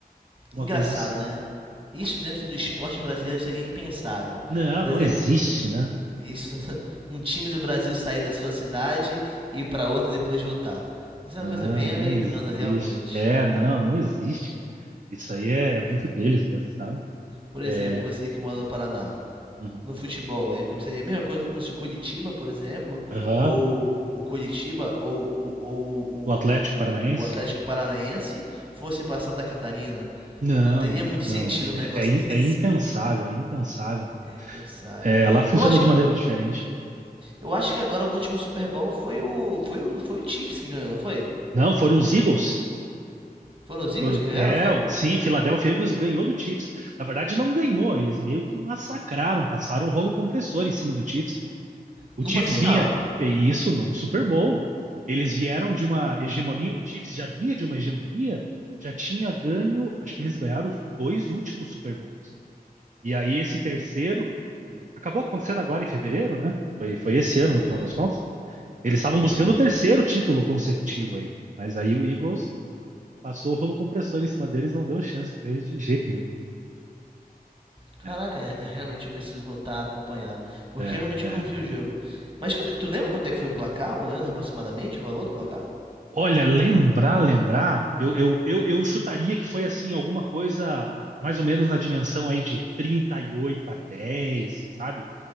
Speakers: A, on the right; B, on the right.
A: uma
B: Engraçado,
A: coisa assim.
B: né? Isso dentro do esporte brasileiro seria impensável.
A: Não,
B: Por
A: não
B: exemplo,
A: existe, né?
B: isso, <laughs> um time do Brasil sair da sua cidade e ir para outra e depois voltar. Isso
A: Não,
B: é uma coisa bem
A: não
B: americana,
A: existe.
B: realmente.
A: É, não, não existe. Isso aí é, é
B: Pois
A: muito
B: é.
A: deles mesmo, sabe?
B: Por
A: É,
B: exemplo, você que mora no Paraná,
A: uhum.
B: no futebol, é como seria a mesma coisa como se o Curitiba, por exemplo,
A: Aham.
B: ou o Curitiba ou, o ou o,
A: O Atlético Paranaense?
B: o, o, o Atlético Paranaense fosse para Santa Catarina.
A: Não,
B: Não teria
A: não,
B: muito sentido
A: não. É,
B: um negócio
A: é, in-
B: <laughs> desse.
A: é impensável, é impensável.
B: É impensável.
A: É, lá funciona
B: Eu acho
A: de
B: que
A: maneira diferente, né?
B: Eu acho que agora o último Super Bowl foi o, foi o, foi o Chiefs que ganhou, não foi?
A: Não, foram os Eagles.
B: Foram os Eagles
A: Foram-
B: que ganharam,
A: é,
B: foi?
A: o- sim, Philadelphia Eagles ganhou do Chiefs. Na verdade, não ganhou, eles meio que massacraram, passaram o rolo compressor em cima do Chiefs. O
B: Numa
A: Chiefs
B: final.
A: vinha, e isso no, no Super Bowl. Eles vieram de uma hegemonia, o Chiefs já vinha de uma hegemonia, já tinha ganho, acho que eles ganharam os dois últimos Super Bowls. E aí esse terceiro, e acabou acontecendo agora em fevereiro, né? Foi, foi esse ano,
B: Uhum,
A: no final das contas. Eles estavam
B: perfeito.
A: buscando o terceiro título consecutivo aí. Mas aí o Eagles Passou o rolo compressor em cima deles, não deu chance pra eles de jeito nenhum.
B: Caraca,
A: É,
B: re- realmente eu preciso voltar a acompanhar. Porque
A: é,
B: realmente
A: é.
B: eu não vi o jogo. Mas quanto- tu lembra quanto é que foi o placar? ou Pelo menos aproximadamente o valor do placar?
A: Olha, lembrar, lembrar, eu, eu, eu, eu chutaria que foi assim, alguma coisa mais ou menos na dimensão aí de 38 a 10, sabe?